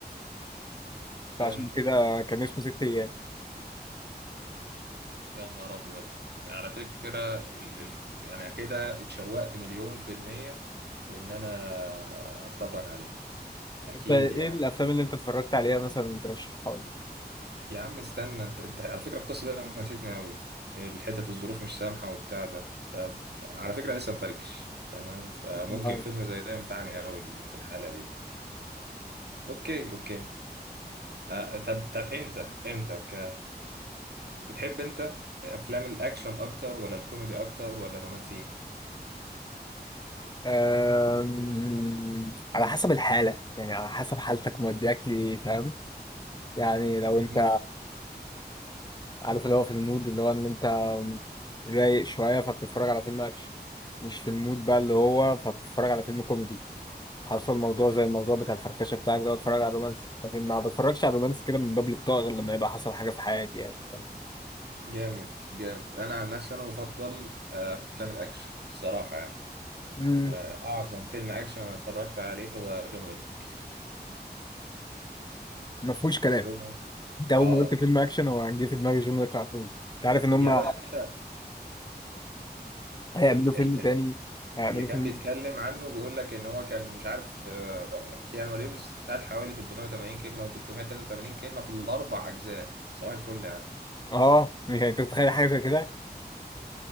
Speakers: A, on the left; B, on the right.
A: فعشان
B: فهمتك
A: كده
B: فهمت
A: كان اسمه ست أيام
B: يا نهار ابيض على فكره ال... ال... انا كده اتشوقت مليون في الميه ان انا اتفرج عليه اكيد
A: أنت إيه
B: يعني
A: الأفلام اللي أنت اتفرجت عليها مثلا ترشحها
B: يا عم استنى انت انت على فكرة القصة دي لمستني قوي الحتة الظروف مش سامحة وبتاع ده طب على فكرة لسه مفركش تمام فممكن
A: لي؟
B: فيلم زي ده ينفعني قوي في الحالة دي اوكي اوكي آه طب طب انت انت ك بتحب انت افلام الاكشن اكتر ولا الكوميدي اكتر ولا الرومانسي
A: أم... على حسب الحالة يعني على حسب حالتك مودياك لإيه فاهم يعني لو
B: جميل.
A: أنت عارف اللي هو في المود اللي هو إن أنت رايق شوية فبتتفرج على فيلم أكشن مش في المود بقى اللي هو فبتتفرج على فيلم كوميدي حصل موضوع زي الموضوع بتاع الفركشة بتاعك ده اتفرج على رومانسي لكن ما بتفرجش على رومانسي كده من باب الطاقة غير لما يبقى حصل حاجة في حياتي يعني فاهم؟
B: جامد جامد انا عن نفسي انا بفضل آه، افلام الاكشن الصراحة يعني
A: مم.
B: واعظم فيلم اكشن انا اتفرجت عليه هو جون ويك
A: ما فيهوش كلام
B: جون ويك
A: أنت أول
B: اه
A: ما قلت فيلم أكشن هو جه في دماغي جون ويك على طول أنت عارف إن
B: يا
A: هما
B: باشا
A: هيعملوا
B: ال-
A: فيلم
B: ال-
A: تاني
B: ال-
A: هيعملوا
B: اللي كان
A: فيلم
B: بيتكلم عنه بيقول لك ان هو كان مش عارف آه، كيانو ريفز قال حوالي 380 كلمه او 383 كلمه في الاربع اجزاء صباح الفل يعني
A: اه يعني انت متخيل حاجه زي كده